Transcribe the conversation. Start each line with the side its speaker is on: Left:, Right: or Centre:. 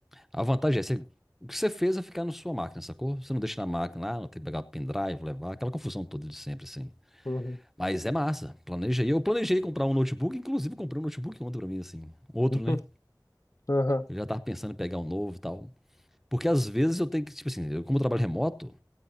Centre: a vantagem é você, o que você fez é ficar na sua máquina, sacou? Você não deixa na máquina lá, não tem que pegar pendrive, levar, aquela confusão toda de sempre, assim.
Left: uhum,
Centre: Mas é massa. Planejei. Eu planejei comprar um notebook, inclusive eu comprei um notebook ontem pra mim, assim. Outro,
Left: uhum,
Centre: né?
Left: <laughs> aham.
Centre: Eu já tava pensando em pegar um novo e tal. Porque às vezes eu tenho que, tipo assim, eu, como eu trabalho remoto,